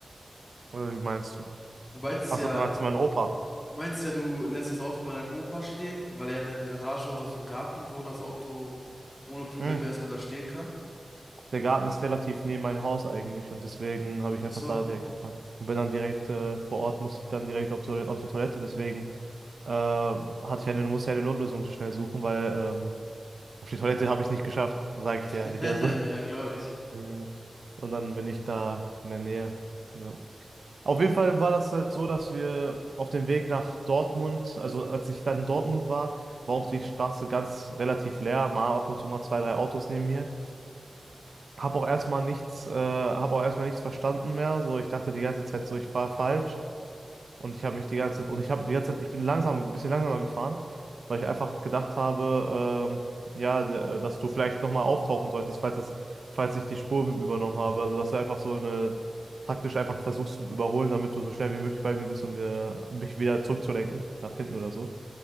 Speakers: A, on the right; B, on the left.
A: Oder Wie <laughs> meinst du?
B: Du meintest
A: Achso,
B: ja,
A: du meinst meinen Opa.
B: Du meinst ja, du lässt das Auto bei deinem Opa stehen, weil er hat ja eine Garage oder so einen Garten, wo das Auto ohne Probleme
A: Hm.
B: erstmal da stehen kann?
A: Der Garten ist relativ neben mein Haus eigentlich und deswegen habe ich
B: Ach
A: einfach
B: so.
A: da direkt gepackt. Und bin dann direkt äh, vor Ort, musste ich dann direkt auf, Toil auf die Toilette. Deswegen äh, hatte ich eine, musste ich eine Notlösung schnell suchen, weil ähm, auf die Toilette habe ich es nicht geschafft, sage ich
B: <laughs>
A: dir ehrlich. Also,
B: Ja,
A: <laughs>
B: glaube ich.
A: Mhm. und dann bin ich da in der Nähe. Ja. Auf jeden Fall war das halt so, dass wir auf dem Weg nach Dortmund, also als ich dann in Dortmund war, war auch die Straße ganz relativ leer, mal ab und zu mal zwei, drei Autos neben mir. Hab auch erstmal nichts, äh, hab auch erstmal nichts verstanden mehr. So, ich dachte die ganze Zeit so, ich fahre falsch. Und ich habe mich die ganze Zeit, und ich habe die ganze Zeit, ich bin langsam, ein bisschen langsamer gefahren, weil ich einfach gedacht habe, ähm, ja, d- äh, dass du vielleicht nochmal auftauchen solltest, falls es, falls ich die Spur übernommen habe. Also, dass du einfach so eine, taktisch einfach versuchst zu überholen, damit du so schnell wie möglich bei mir bist, um mir, mich wieder zurückzulenken, nach hinten oder so.